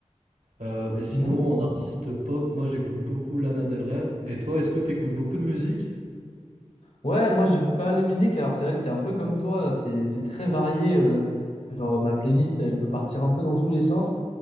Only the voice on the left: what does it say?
Mhm.
Ouais, moi j'écoute pas mal de musique. Alors c'est vrai que c'est un peu comme toi, c'est c'est très varié. euh, genre ma playlist, elle peut partir un peu dans tous les sens.